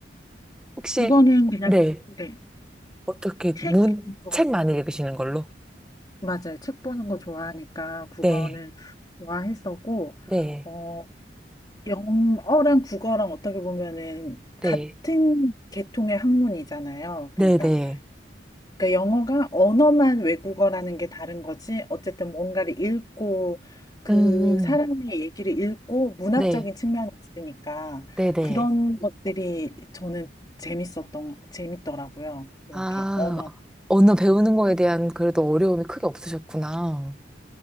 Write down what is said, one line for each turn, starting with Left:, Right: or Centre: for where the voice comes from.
Centre: 혹시,
Left: 국어는 그냥,
Centre: 네,
Left: 네.
Centre: 어떻게
Left: 책
Centre: 문,
Left: 보는 거,
Centre: 책 많이 읽으시는 걸로?
Left: 맞아요. 책 보는 거 좋아하니까 국어는
Centre: 네,
Left: 좋아했었고,
Centre: 네,
Left: 어, 영어랑 국어랑 어떻게 보면은
Centre: 네,
Left: 같은 계통의 학문이잖아요.
Centre: 네,
Left: 그러니까
Centre: 네.
Left: 그러니까 영어가 언어만 외국어라는 게 다른 거지. 어쨌든 뭔가를 읽고 그
Centre: 음, 음.
Left: 사람의 얘기를 읽고 문학적인
Centre: 네,
Left: 측면이 있으니까
Centre: 네, 네.
Left: 그런 것들이 저는 재밌었던 재밌더라고요. 이렇게
Centre: 아,
Left: 언어
Centre: 언어 배우는 거에 대한 그래도 어려움이 크게 없으셨구나.